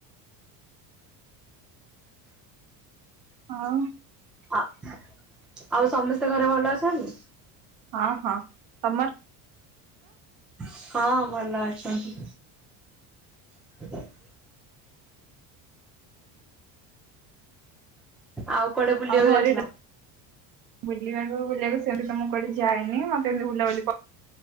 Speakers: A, on the right (about 55°); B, in the centre.
A: ଆଉ
B: ଆଉ ସମସ୍ତେ ଘରେ ଭଲ ଅଛନ୍ତି?
A: ହଁ ହଁ। ତମର?
B: ହଁ ଭଲ ଅଛନ୍ତି। <unintelligible> ଆଉ କୁଆଡେ ବୁଲିବାକୁ
A: ଆ ଘରେ
B: ଯାଇଥିଲ?
A: ବୁଲିବାକୁ ବୁଲିବାକୁ ସେମିତି ତ ମୁଁ କଆଡେ ଯାଇନି ମତେ ଏମିତି ବୁଲାବୁଲି ପ